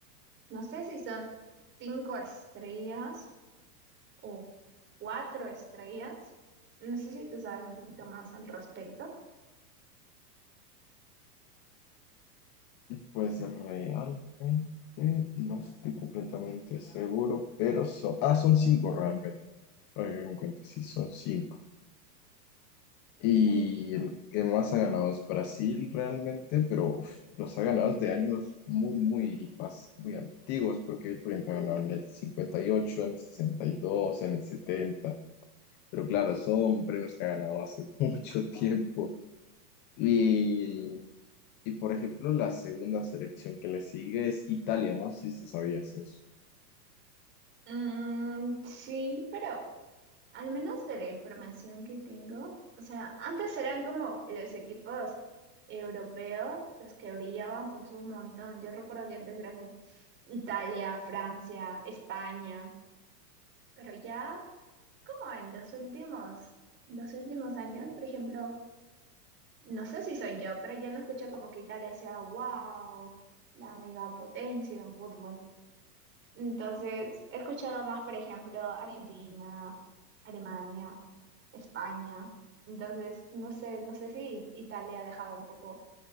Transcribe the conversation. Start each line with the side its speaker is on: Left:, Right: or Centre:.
Right: no sé si son cinco estrellas o cuatro estrellas. No sé si tú sabes un poquito más al respecto.
Left: Pues realmente no estoy completamente seguro, pero son... Ah, son cinco realmente. Ahora que me doy cuenta, sí, son cinco. Y
Right: Ok.
Left: el que más ha ganado es Brasil realmente, pero uf, los ha ganado desde años muy, muy, pas- muy antiguos, porque por ejemplo, ha ganado en el cincuenta y ocho en el sesenta y dos en el setenta pero claro, son premios que ha ganado hace <laughs> mucho tiempo. Y, y por ejemplo, la segunda selección que le sigue es Italia, ¿no? Sí, sí, sabías eso.
Right: Mm, sí, pero al menos de la información que tengo, o sea, antes eran como los equipos europeos los que brillaban pues un montón. Yo recuerdo que antes era como Italia, Francia, España, pero ya como en los últimos, los últimos años, por ejemplo, no sé si soy yo, pero ya no escucho como que Italia sea wow, la megapotencia en fútbol. Entonces, he escuchado más, por ejemplo, Argentina, Alemania, España. Entonces, no sé, no sé si Italia ha dejado un poco